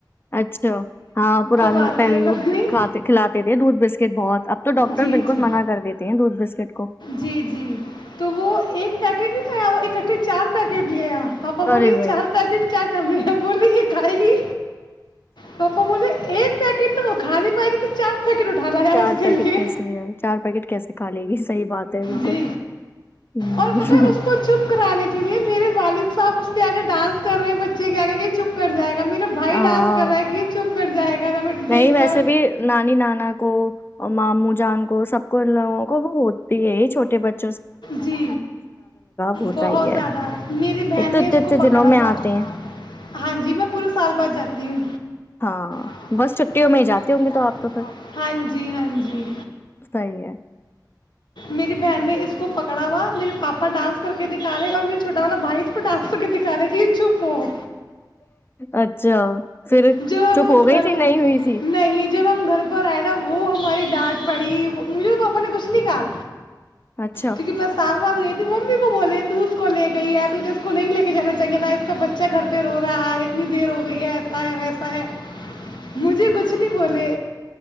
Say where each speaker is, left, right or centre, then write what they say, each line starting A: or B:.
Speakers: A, on the left; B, on the left.
A: اچھا ہاں پرانے
B: آتی
A: پہلے
B: ہے
A: لوگ
B: کب نہیں
A: کھاتے کھلاتے تھے دودھ بسکٹ بہت اب تو ڈاکٹر
B: جی
A: بالکل
B: جی
A: منع کر دیتے ہیں دودھ بسکٹ کو
B: جی جی تو وہ ایک پیکٹ بھی آکٹھے چار پیکٹ بھیے آیا پاپا بولیں
A: ارے
B: گے
A: بھائی
B: چار پیکٹ کیا کرنے ہے بولیں گی کھائے گی پاپا بولے ایک پیکٹ تو وہ کھا نہیں پائے گی تو چار پیکٹ اٹھانا
A: چار
B: اس کے
A: پیکٹ
B: لیے
A: کیسے لیا ہے چار پیکٹ کیسے کھا لے گی صحیح بات ہے بالکل
B: جی
A: ہ
B: اور پتا اس کو چپ کرانے کے لیے میرے والد صاحب اگر ڈانس کر رہے ہیں بچے کیا کہ چپ کر جائے گا میرا بھائی
A: ہاں
B: ڈانس کر رہا ہے کہ چپ کر جائے گا ہمیں
A: نہیں
B: دیکھ
A: ویسے
B: کر
A: بھی نانی نانا کو ماموں جان کو سب کو لوگوں کو وہ ہوتی ہے ہی چوٹے بچے
B: جی
A: ہوتا
B: بہت
A: ہی ہے
B: زیادہ میری بہن
A: ایک تو
B: نے
A: اتنے
B: اس
A: اتنے
B: کو پکڑا
A: دنوں میں
B: ہوا
A: آتے ہیں
B: ہاں جی میں پورے سال بعد جاتی ہوں
A: ہاں
B: اور
A: چھٹیوں میں ہی جاتے ہوں گے تو آپ
B: ہیں
A: تو پھر
B: بہت ہاں جی ہاں جی
A: صحیح ہے
B: میری بہن نے اس کو پکڑا ہوا میرے پاپا ڈانس کر کے دکھا رہے اور میرےھوٹا والا بھائی اس کو ڈانس کر کے دکھا کرگی چو پ ہو
A: اچھا پھر
B: جو ہم
A: چپ ہو گئی
B: گھر
A: تھی نہیں ہوئی تھی
B: نہیں جب ہم گھر پر آئے نا وہ ہماری ڈانٹ پڑی مجھے توپا پا نے کچھ نہیں کہا
A: اچھا
B: کیونکہ میں سال بعد گئی ت ممی کو بولے تو اس کو لے گئی ہے تجھے اس کو نہیں لے کے جانا چاہیے اس کا بچہ گھر پہ رو رہا ہے اتنی دیر ہو گئی ہے ویسا ہے مجھے کچھ نہیں بولے